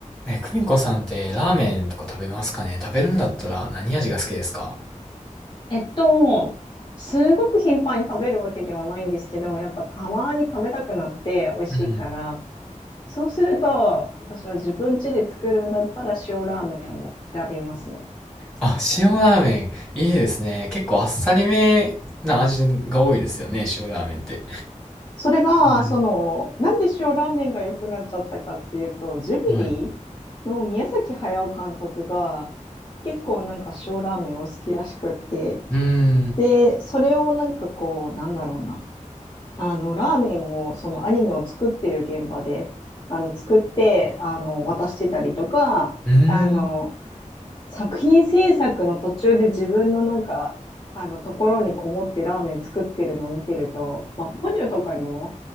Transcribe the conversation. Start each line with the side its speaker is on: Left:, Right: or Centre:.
Centre: え、久美子さんってラーメンとか食べますかね食べるんだったら何味が好きですか
Left: えっと、すごく頻繁に食べるわけではないんですけど、やっぱたまに食べたくなって美味しいから、
Centre: うん。
Left: そうすると、私は自分家で作るんだったら塩ラーメンを選びますね。
Centre: あ、塩ラーメン、いいですね。結構あっさりめな味が多いですよね、塩ラーメンって。
Left: それが、
Centre: う
Left: その、なんで塩ラーメンが良くなっちゃったかっていうと、ジブリの宮崎駿監督が
Centre: ん。はい。
Left: 結構なんか塩ラーメンを好きらしくって、
Centre: うーん。
Left: で、それをなんかこう、なんだろうな。あの、ラーメンを、そのアニメを作っている現場で、あの、作って、あの、渡してたりとか、
Centre: うーん。
Left: あの、作品制作の途中で自分のなんか、あの、ところにこもってラーメン作ってるのを見てると、まあ、ポニョとかにも